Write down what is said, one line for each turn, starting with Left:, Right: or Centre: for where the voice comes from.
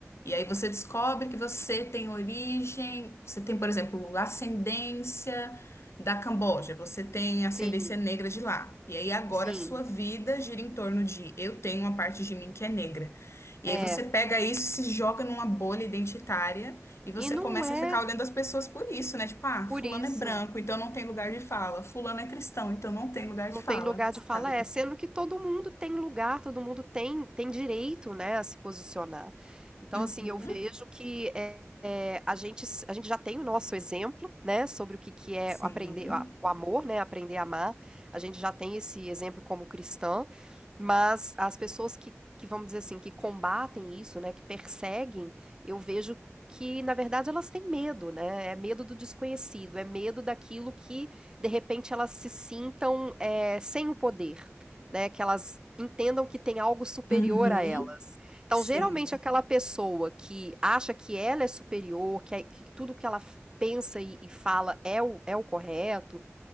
Left: E aí você descobre que você tem origem, você tem, por exemplo, ascendência da Camboja, você tem ascendência
Right: Sim,
Left: negra de lá. E aí agora
Right: sim.
Left: a sua vida gira em torno de eu tenho uma parte de mim que é negra. E
Right: É,
Left: aí você pega isso, se joga numa bolha identitária e você
Right: e não
Left: começa
Right: é
Left: a ficar olhando as pessoas por isso, né? Tipo, ah,
Right: por
Left: fulano
Right: isso.
Left: é branco, então não tem lugar de fala. Fulano é cristão, então não tem lugar de
Right: Não
Left: fala,
Right: tem lugar de fala,
Left: sabe?
Right: é, sendo que todo mundo tem lugar, todo mundo tem tem direito, né, a se posicionar. Então,
Left: Uhum,
Right: assim, eu vejo que, eh, a gente s a gente já tem o nosso exemplo, né, sobre o que que é
Left: sim.
Right: aprender a o amor, né, aprender a amar, a gente já tem esse exemplo como cristã, mas as pessoas que que vamos dizer assim, que combatem isso, né, que perseguem, eu vejo que na verdade elas têm medo, né, é medo do desconhecido, é medo daquilo que de repente elas se sintam é, sem o poder, né? Que elas entendam que tem algo superior
Left: Uhum,
Right: a ela. Então,
Left: sim.
Right: geralmente, aquela pessoa que acha que ela é superior, que, é- que tudo que ela f- pensa e, e fala é o, é o correto,